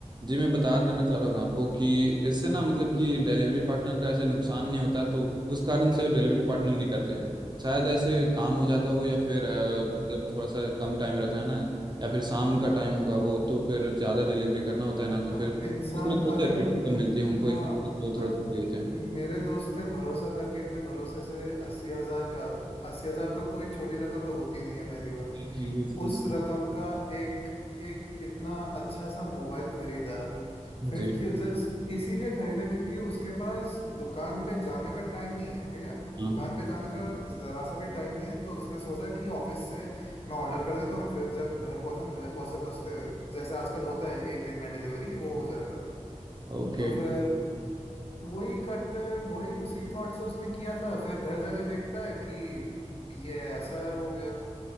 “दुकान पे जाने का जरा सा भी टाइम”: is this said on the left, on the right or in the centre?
Left